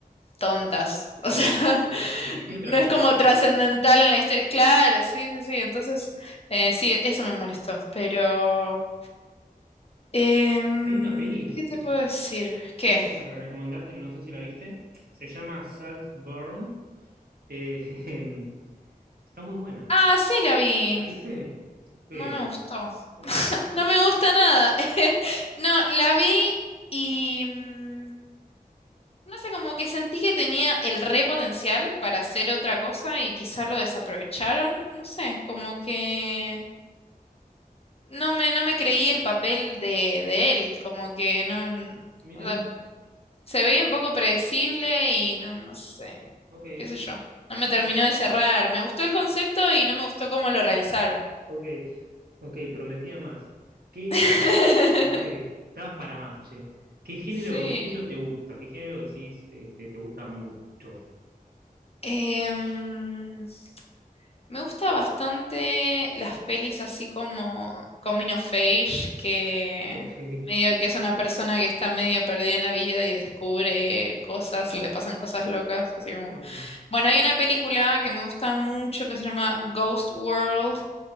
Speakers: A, on the left; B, on the right.
A: tontas, o
B: sí,
A: sea,
B: pero, pero
A: <laughs>
B: pretendía
A: no
B: otra cosa
A: es como
B: esa
A: trascendental
B: película.
A: en la historia. Claro, sí, sí, sí, entonces, eh, sí, eso me molestó, pero... em,
B: Hay una peli
A: ¿qué te puedo decir? ¿Qué?
B: Tengo una para recomendarte que no sé si la viste. Se llama Saltburn. Eh, <laughs> jejem, está muy buena.
A: Ah, sí, la vi,
B: ¿La viste? Pero,
A: no me gustó,
B: ¿no te gustó?
A: no me gusta nada, <laughs> no, la vi y... mm, No sé, como que sentí que tenía el re potencial para hacer otra cosa y quizá lo desaprovecharon. No sé, como que no me, no me creí el papel de, de él, como que no,
B: Mira,
A: o sea, se veía un poco predecible y no, no sé,
B: ok.
A: qué sé yo. No me
B: Pará,
A: terminó de cerrar. Me gustó el concepto y no me gustó cómo lo realizaron.
B: ok. Ok, prometía más. ¿Qué
A: <laughs>
B: <laughs> estabas para más, che? ¿Qué género,
A: Sí.
B: qué género te gusta? ¿Qué género decís eh, te, te gusta mucho?
A: Em, Me gusta bastante las pelis así como Coming of Age, que
B: Ok,
A: medio que es una persona que está medio perdida en la vida y descubre cosas, le pasan cosas locas, así como...
B: ok,
A: Bueno, hay una película que me gusta mucho que se llama Ghost World,